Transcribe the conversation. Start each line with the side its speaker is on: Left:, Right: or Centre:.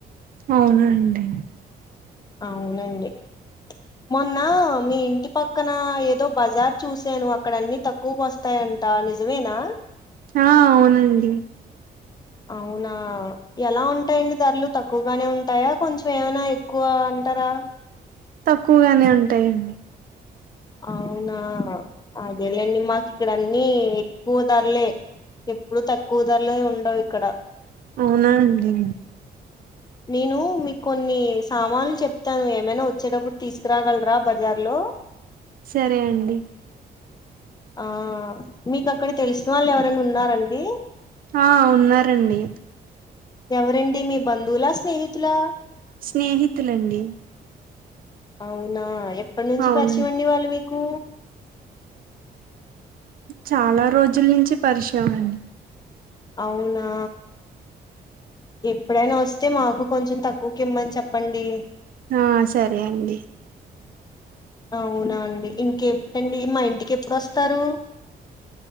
Right: అవునండి
Left: అవునండి మొన్న మీ ఇంటి పక్కన ఏదో బజార్ చూసాను అక్కడ అన్ని తక్కువకు వస్తాయంట నిజమేనా
Right: ఆ అవునండి
Left: అవునా ఎలా ఉంటాయండి ధరలు తక్కువగానే ఉంటాయా కొంచెం ఏమనా ఎక్కువ అంటారా
Right: తక్కువగానే ఉంటాయండి
Left: అవునా అదే లేండి మన్ ఇక్కడ అన్నీ ఎక్కువ ధరలే ఎప్పుడు తక్కువ ధరలే ఉండవు ఇక్కడ
Right: అవునా అండి
Left: నేను మీకు కొన్ని సామాన్లు చెప్తాను ఏమైనా వచ్చేటప్పుడు తీసుకురాగలరా బజార్ లో? ఓ
Right: సరే అండి
Left: ఆ మీకు అక్కడ తెలిసిన వాళ్ళు ఎవరైనా ఉన్నారండి?
Right: ఆ ఉన్నారండి
Left: ఎవరండి మీ బంధువులా, స్నేహితులా?
Right: స్నేహితులండి
Left: అవునా ఎప్పటి నుంచి
Right: అవునండి
Left: పరిచియం అండి వాళ్ళు మీకు?
Right: చాలా రోజుల నుంచి పరిచయం అండి
Left: అవునా ఎప్పుడైనా వస్తే మాకు కొంచెం తక్కువకి ఇమ్మని చెప్పండి.
Right: ఆ సరే అండి
Left: అవునా అండి ఇంకేటండి మా ఇంటికి ఎప్పుడు వస్తారు?